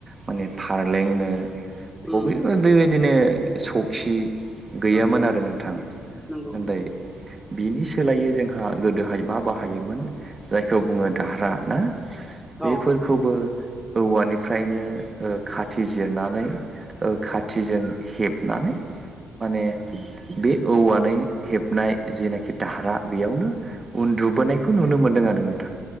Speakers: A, on the right (about 25°); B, in the centre.
A: माने फारलें नो बबेबो
B: उम
A: बेबायदिनो सखि गैयामोन
B: औ
A: आरो नों- ओनदायो
B: नंगौ
A: बिनि सोलायै जोंहा गोदोहाय मा बाहायोमोन जायखौ बुङो दाहारा ना बेफोरखौबो
B: औ
A: औवानिफ्रायनो ओ खाथि जिरनानै ओ खाथिजों हेबनानै माने बे औवानै हेबनाय जेनाखि दाहारा बेयावनो उन्दुबोनायखौ नुनो मोनदों आरो आरो नोंथां